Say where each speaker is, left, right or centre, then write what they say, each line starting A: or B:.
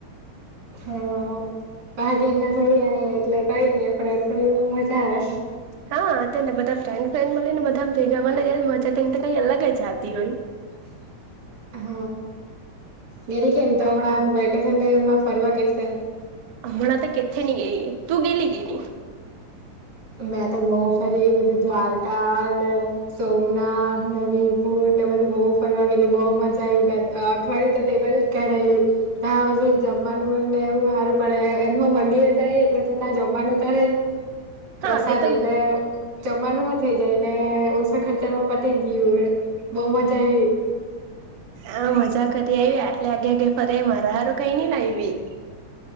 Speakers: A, on the right; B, on the right.
A: <inaudible> ભાગી ના થોડી એટલે કઈ નઈ થોડી મજા આવે.
B: હા તેને બધા ફ્રેન્ ફન્ડ લ ને બધા ભેગા મળ મજાને કઈ અલગ જ આવતી હોય.
A: <inaudible> હ ગેલી કે ને તો હમણાં વેકેશન એમાં ફરવા કેશે.
B: હમણાં તો કેથે નની ગઈ તું ગેલી કે ન
A: મેં તો ગો ફરીધી દ્વારકા સોમનાથ નવીરપુર ને બધી બહુ ફરવાર ગેલી બહુ મજા આવી પઠવાળય તો ટેબલ કે ત જમવાનું ને એવું સારું પડે એમ મંદિર જાય એટલે તો ત જમવાનું તારે પ્રસાદ
B: હા તે તો
A: એટલે જવાનું થઇ જાય ને ઓછા ખર્ચામાં પટી ગયું હોય. બહુ મજા આવી.
B: હ મજા કરી આવી આટલે આગ આગે ફર મારા હારો કઈ નઈ લાવી.